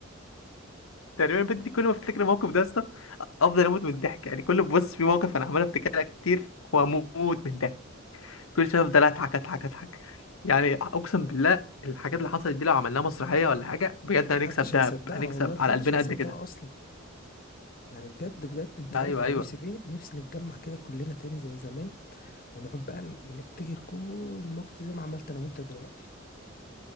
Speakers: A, on the left; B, on the left.
A: تقريبا البت دي كل ما افتكر الموقف ده افضل اموت من الضحك يعني كل بص في موقف انا عمال افتكرها كتير واموت من الضحك كل شويه افضل اضحك اضحك اضحك يعني اقسم بالله الحاجات اللي حصلت دي لو عملناها مسرحيه ولا حاجه بجد هنكسب
B: محدش
A: دهب
B: هيصدقها
A: هنكسب
B: والله محدش
A: على قلبنا
B: هيصدقها
A: قد كده
B: اصلا يعني بجد بجد انت
A: ايوه
B: عارف انا
A: ايوه
B: نفسي في ايه نفسي نتجمع كده كلنا تاني زي زمان ونقعد بقى نفتكر كل المواقف دي زي ما عملت انا وانت دلوقتي